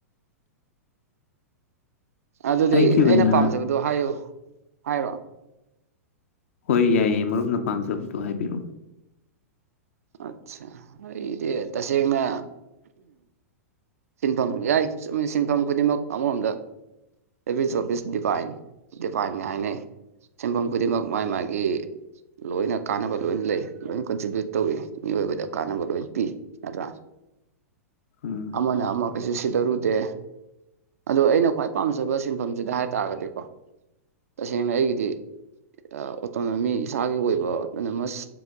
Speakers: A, on the right; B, on the left.
A: ꯑꯗꯨꯗꯤ
B: ꯑꯩꯒꯤ ꯑꯣꯏꯅ
A: ꯑꯩꯅ ꯄꯥꯝꯖꯕꯗꯨ ꯍꯥꯏꯌꯨ ꯍꯥꯏꯔꯣ
B: ꯍꯣꯏ ꯌꯥꯏꯌꯦ ꯃꯔꯨꯞꯅ ꯄꯥꯝꯖꯕꯗꯨ ꯍꯥꯏꯕꯤꯔꯛꯑꯣ
A: ꯑꯠꯆꯥ ꯑꯩꯗꯤ ꯇꯁꯦꯡꯅ ꯁꯤꯟꯐꯝ ꯌꯥꯏ ꯁꯤꯟꯐꯝ ꯈꯨꯗꯤꯡꯃꯛ ꯑꯃꯔꯣꯝꯗ <unintelligible> ꯗꯤꯕꯥꯏꯟ ꯗꯤꯕꯥꯏꯟꯅꯤ ꯍꯥꯏꯅꯩ ꯁꯤꯟꯐꯝ ꯈꯨꯗꯤꯡꯃꯛ ꯃꯥꯒꯤ ꯃꯥꯒꯤ ꯂꯣꯏꯅ ꯀꯥꯟꯅꯕ ꯂꯣꯏꯅ ꯂꯩ ꯂꯣꯏ ꯀꯟꯇ꯭ꯔꯤꯕ꯭ꯌꯨꯠ ꯇꯧꯋꯤ ꯃꯤꯑꯣꯏꯕꯗ ꯀꯥꯟꯅꯕ ꯂꯣꯏ ꯄꯤ ꯅꯠꯇ꯭ꯔꯥ
B: ꯎꯝ
A: ꯑꯃꯅ ꯑꯃ ꯀꯩꯁꯨ ꯁꯤꯗꯔꯨꯗꯦ ꯑꯗꯣ ꯑꯩꯅ ꯈ꯭ꯋꯥꯏ ꯄꯥꯝꯖꯕ ꯁꯤꯟꯐꯝꯁꯤꯗ ꯍꯥꯏ ꯇꯥꯔꯒꯗꯤꯀꯣ ꯇꯁꯦꯡꯅ ꯑꯩꯒꯤꯗꯤ ꯑꯣꯇꯣꯅꯣꯃꯤ ꯏꯁꯥꯒꯤ ꯑꯣꯏꯕ ꯑꯣꯇꯣꯅꯣꯃꯁ